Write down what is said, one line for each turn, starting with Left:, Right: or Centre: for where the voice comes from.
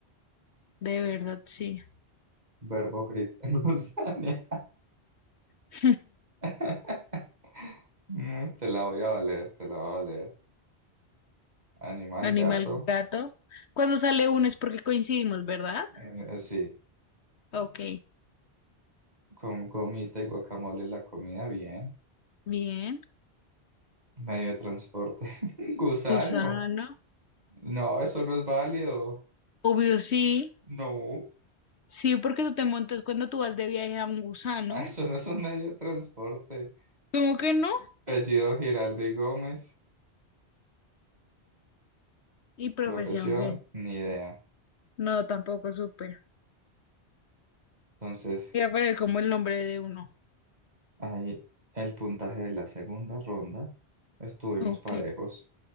Left: De verdad, sí.
Right: Verbo, gritar, <laughs> gusaña.
Left: <laughs>
Right: <laughs> Mm, Te la voy a valer, te la voy a valer. Animal,
Left: Animal
Right: gato.
Left: gato. Cuando sale uno es porque coincidimos, ¿verdad?
Right: Eh, eh, sí,
Left: Ok,
Right: con gomita y guacamole en la comida, bien.
Left: bien.
Right: Medio de transporte. <laughs> Gusano.
Left: Gusano,
Right: No, eso no es válido.
Left: obvio sí.
Right: No,
Left: Sí, porque tú te montas cuando tú vas de viaje a un gusano.
Right: eso no es un medio de transporte.
Left: ¿Cómo que no?
Right: Apellido Giraldo y Gómez.
Left: Y profesión
Right: Profesión,
Left: G.
Right: ni idea.
Left: No, tampoco supe.
Right: Entonces,
Left: Ya poner como el nombre de uno.
Right: ahí el puntaje de la segunda ronda. Estuvimos
Left: Ok.
Right: parejos.